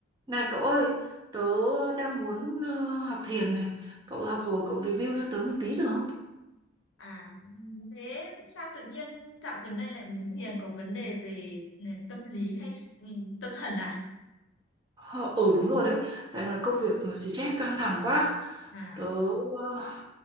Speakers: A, on the right (about 20°); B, on the left (about 65°).
A: Này cậu ơi, tớ đang muốn ờ, học thiền này. Cậu học rồi, cậu review cho tớ một tí được không?
B: À, thế sao tự nhiên dạo gần đây lại muốn thiền có vấn đề về ừ, tâm lý hay s- ừ, tâm thần à?
A: Ờ, ừ, đúng rồi đấy. Tại là công việc nó xì chết căng thẳng quá.
B: À,
A: Tớ, ờ,